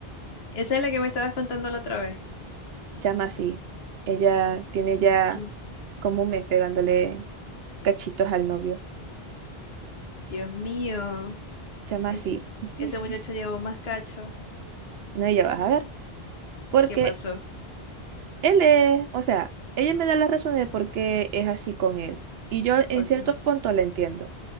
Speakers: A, on the left; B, on the right.
A: Esa es la que me estabas contando la otra vez.
B: Llama así. Ella tiene ya
A: Que,
B: como un mes pegándole cachitos al novio.
A: Dios mío,
B: Llama
A: ese,
B: así. <laughs>
A: ese muchacho llevó más cacho.
B: No, ya vas a ver. Porque
A: ¿Qué pasó?
B: él es, o sea, ella me da las razones de por qué es así con él. Y yo en
A: Ok,
B: cierto punto la entiendo.